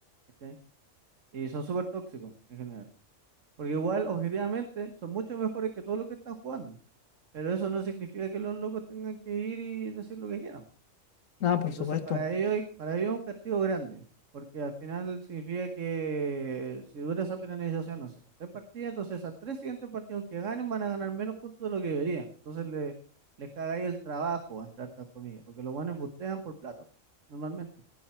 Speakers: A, on the right (about 70°); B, on the left (about 75°).
A: ¿cachai? Y son súper tóxicos en general. Porque igual, objetivamente, son mucho mejores que todos los que están jugando. Pero eso no significa que los locos tengan que ir y decir lo que quieran.
B: Ah, por
A: Entonces,
B: supuesto.
A: para ellos, para ellos es un castigo grande, porque al final significa que si dura esa penalización, no sé, tres partidas, entonces esas tres siguientes partidos que ganen, van a ganar menos puntos de lo que deberían. Entonces, le, les cagáis el trabajo, entre hartas comillas, porque los buenos bustean por plata, normalmente.